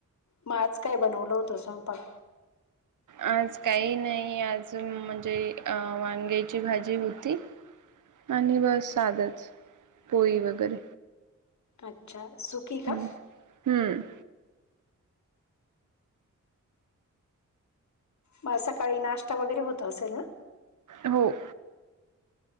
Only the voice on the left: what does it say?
मग आज काय बनवलं होतं स्वयंपाक?
अच्छा सुखी
का?
मग सकाळी नाष्टा वगैरे होत असेल ना?